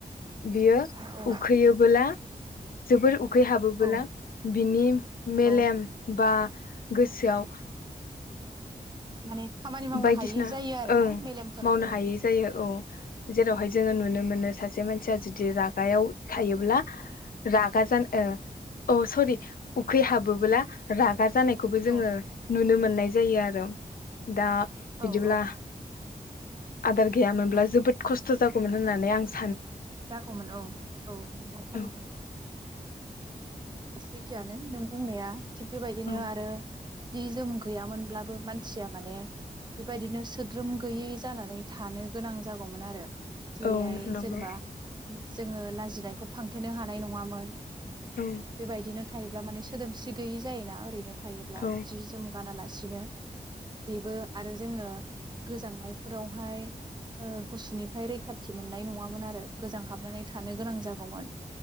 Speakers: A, on the left; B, on the right.
A: बियो
B: हाया औ
A: उखैयोबोला जोबोर उ उखैहाबोबोला
B: औ
A: बिनि मेलेम
B: औ
A: बा गोसोआव
B: माने खामानि मावनो
A: बायदिसिना
B: हायि जायो आरोना
A: ओं
B: मेलेमफोराबो
A: मावनो हायै जायो औ जेरावहाय
B: ओं
A: जोङो नुनो मोनो सा से मानसिया जुदि रागायाव थायोब्ला रागा जान ओ अ सरि उखैहाबोबोला राग जानायखौबो
B: औ
A: जोङो नुनो मोनो नाय जायो आरो दा बिदिब्ला
B: औ औ औ
A: आदार गैयामोनब्ला
B: औ
A: जोबोद खस्थ' थ' जागौमोन होननानै आं सान
B: जागौमोन औ औ नंगौ थारैनो।
A: औ
B: सैथोआनो नों बुंनाया। थिग बेबायदिनो
A: औ
B: आरो जि जोम गैयामोनब्लाबो मानसिया माने बेबायदिनो सोद्रोम गैयै जानानै थानो गोनां जागौमोन आरो जेरैहाय
A: औ नंगौ
B: जेनेबा गि जोङो लाजिनायखौ फांथेनो हानाय नङामोन।
A: औ
B: बेबायदिनोद थायोब्ला माने सोदोमस्रि गैयि जायोना ओरैनो थायोब्ला
A: औ
B: जि जोम गानालासि दिनो बेबो आरो जोङो गोजांनायफोरावहाय ओ गुसुनिफ्राय रैखाथि मोननाय नङामोन आरो गोजां हाबनानै थानो गोनां जागौमोन।